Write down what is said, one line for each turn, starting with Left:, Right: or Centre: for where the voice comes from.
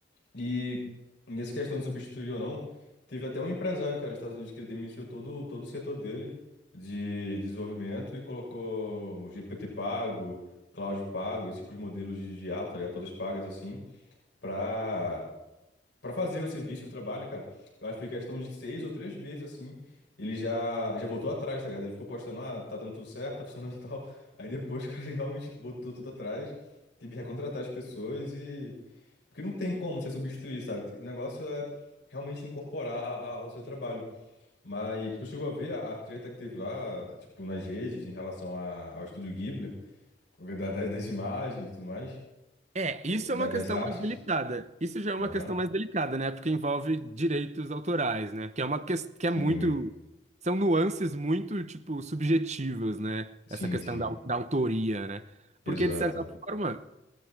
Left: E nessa questão de substituir ou não, teve até um empresário, cara, nos Estados Unidos que ele demitiu todo, todo o setor dele de desenvolvimento e colocou o GPT pago, Cloud pago, esse tipo de modelo de, de IA, tá ligado? Todas pagas assim, pra, pra fazer o serviço, o trabalho, cara. Eu acho que foi questão de seis ou três meses, assim, ele já, já voltou atrás, tá ligado? Ele ficou postando, ah, tá dando tudo certo, tá funcionando e tal. Aí depois, <laughs> cara, ele realmente botou tudo atrás, teve que recontratar as pessoas porque não tem como você substituir, sabe? O negócio é realmente incorporar a- a- ao seu trabalho. Mas tu chegou a ver a, a treta que teve lá, tipo, nas redes em relação a- ao estúdio Ghibli, da- da- das imagens e tudo mais,
Right: É,
Left: Que-
Right: isso
Left: é, da-
Right: é uma
Left: das
Right: questão
Left: artes.
Right: mais delicada. Isso já é uma
Left: Aham.
Right: questão mais delicada, né? Porque envolve direitos autorais, né? Que é uma questão que
Left: Sim,
Right: é muito. São nuances muito, tipo, subjetivas, né?
Left: sim,
Right: Essa questão
Left: sim.
Right: da, da autoria, né?
Left: Exato.
Right: Porque, de certa forma,